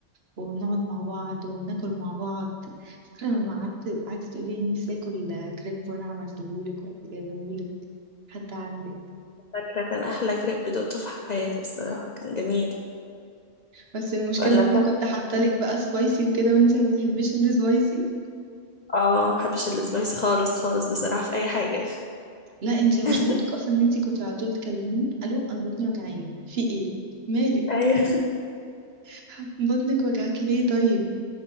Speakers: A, on the right; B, on the left.
A: ونقعد مع بعض وناكل مع بعض فاكرة لما قعدت قعدت تقولي نفسي اكل كريب وانا عملتهولك ورحت جايبهولك حد عندك
B: فاكرة كان أحلى كريب دقته في حياتي بصراحة كان جميل
A: بس المشكلة
B: ولا
A: ان انا
B: كنت
A: كنت حاطالك بقى سبايسي وكده وانتي ما بتحبيش السبايسي
B: اه محبش السبايسي خالص خالص بصراحة في أي حاجة
A: لا انتي مشكلتك
B: <laughs>
A: اصلا ان انتي كنت على طول تكلميني الو انا بطني وجعاني في ايه مالك
B: أيوة
A: <laughs> بطنك وجعاكي ليه طيب